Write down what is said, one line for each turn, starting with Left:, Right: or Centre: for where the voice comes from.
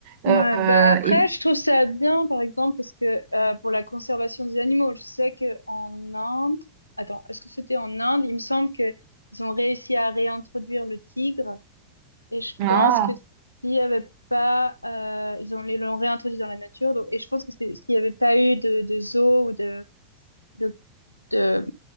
Left: Ouais,
Right: Euh,
Left: bah après
Right: et,
Left: je trouve ça bien par exemple parce que euh, pour la conservation des animaux, je sais que en Inde, attends, est-ce que c'était en Inde? Il me semble que ils ont réussi à réintroduire le tigre et je
Right: ah,
Left: pense que s'il y avait pas, euh, ils ont ils l'ont réintroduit dans la nature donc et je pense que c'est- s'il y avait pas eu de, de zoo ou de de de,